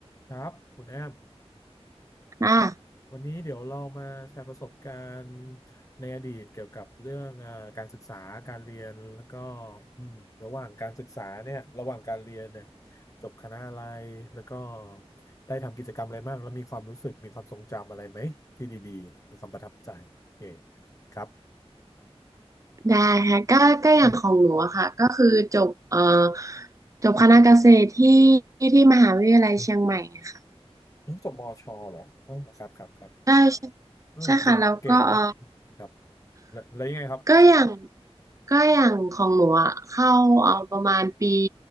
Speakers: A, on the left (about 30°); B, on the right (about 30°).
A: ครับคุณแอม
B: อ่า
A: วันนี้เดี๋ยวเรามาแชร์ประสบการณ์ในอดีตเกี่ยวกับเรื่องเอ่าการศึกษาการเรียนแล้วก็อืมระหว่างการศึกษาเนี่ยระหว่างการเรียนเนี่ยจบคณะอะไรแล้วก็ได้ทำกิจกรรมอะไรบ้างแล้วมีความรู้สึกมีความทรงจำอะไรไหมที่ดีๆมีความประทับใจโอเคครับ
B: ได้ค่ะก็ก็อย่างของหนูอะค่ะก็คือจบเอ่อ
A: เออ
B: จบคณะเกษตรที่ที่มหาวิทยาลัยเชียงใหม่ไงค่ะ
A: เออเออจบมชเหรอเออครับครับครับ
B: ใช่ใช่
A: เออเก่งเก่งนะ
B: ใช่ค่ะแล้วก็เอ่อ
A: ครับแล้วแล้วยังไงครับ
B: ก็อย่างก็อย่างของหนูอะเข้าเอ่อประมาณปี